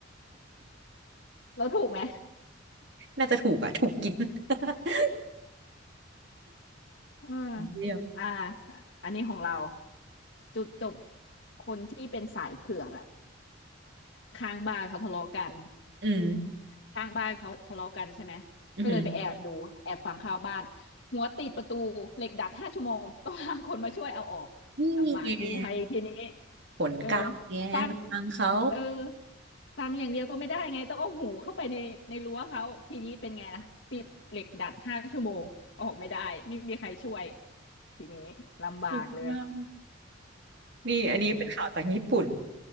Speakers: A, on the left; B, on the right.
A: เราถูกไหม
B: น่าจะถูกอะถูกกิน <laughs>
A: เออ
B: เรียบ
A: อ่าอันนี้ของเราจุดจบคนที่เป็นสายเผือกอะข้างบ้านเขาทะเลาะกัน
B: อืม
A: ข้างบ้านเขาทะเลาะกันใช่ไหมก็เลยไปแอบดูแอบฟังข่าวบ้านหัวติดประตูเหล็กดัดห้าชั่วโมงต้องหาคนมาช่วยเอาออกลำบากกู้ภัยทีนี้
B: อืมนี่ไงผลกรรมไงไปฟังเขา
A: เออฟังเออฟังอย่างเดียวก็ไม่ได้ไงต้องเอาหูเข้าไปในในรั้วเขาทีนี้เป็นไงล่ะติดเหล็กดัดห้าชั่วโมงออกไม่ได้ไม่มีใครช่วยทีนี้ลำบากเลย
B: สุดมานี่อันนี้เป็นข่าวจากญี่ปุ่น
A: อืม